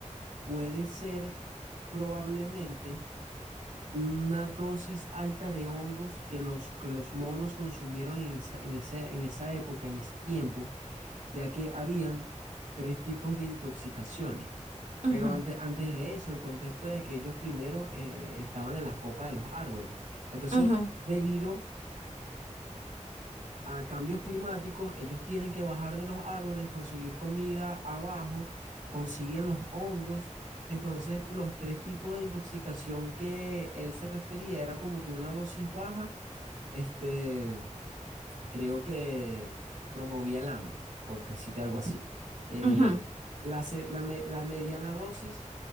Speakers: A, on the right (about 85°); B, on the right (about 65°).
A: puede ser probablemente una dosis alta de hongos que los, que los monos consumieron en esa, en ese- en esa época, en ese tiempo, ya que habían tres tipos de intoxicaciones.
B: Ujú,
A: Pero antes, antes de eso, el contexto es que ellos primero eh, estaban en las copas de los árboles. Entonces,
B: ujú,
A: debido a cambios climáticos, ellos tienen que bajar de los árboles, conseguir comida abajo, consiguen los hongos. Entonces, los tres tipos de intoxicación que él se refería era como que una dosis baja, este, creo que promovía el hambre, por decirte algo así. Eh,
B: ujú.
A: la, se- la me- la mediana dosis